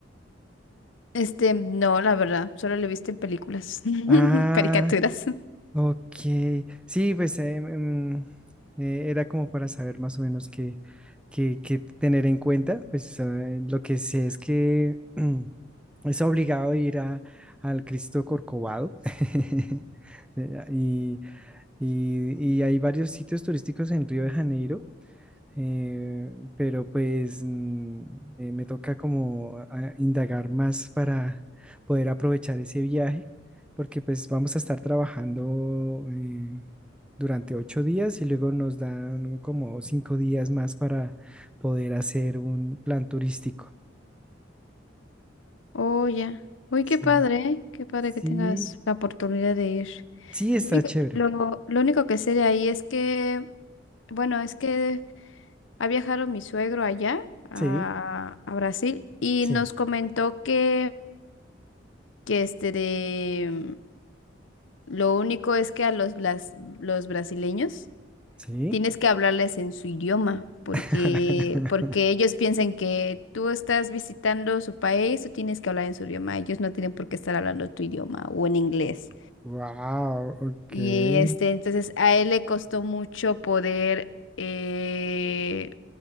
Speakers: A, on the left; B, in the centre.
A: Este, no, la verdad, solo lo he visto en películas, <laughs>
B: Ah,
A: caricaturas.
B: ok. Sí, pues em, em, eh, era como para saber más o menos qué, qué- qué tener en cuenta. Pues eh, lo que sé es que mm, es obligado ir a, al Cristo Corcovado. <laughs> Eh, Y, y, y hay varios sitios turísticos en Río de Janeiro eh, pero pues mm, eh, me toca como a- a indagar más para poder aprovechar ese viaje, porque pues vamos a estar trabajando eh, durante ocho días y luego nos dan como cinco días más para poder hacer un plan turístico.
A: Oh, ya. Uy,
B: Sí,
A: qué padre, qué padre
B: sí,
A: que tengas la oportunidad de ir.
B: sí, está
A: Lo único,
B: chévere.
A: lo, lo único que sé de ahí es que, bueno, es que ha viajado mi suegro allá a,
B: Sí,
A: a Brasil y
B: sí,
A: nos comentó que, que este de, lo único es que a los, blas- los brasileños
B: sí.
A: Tienes que hablarles en su idioma, porque,
B: <laughs>
A: porque ellos piensan que tú estás visitando su país, tú tienes que hablar en su idioma, ellos no tienen por qué estar hablando tu idioma o en inglés.
B: Wow, ok.
A: Y este, entonces a él le costó mucho poder, eh,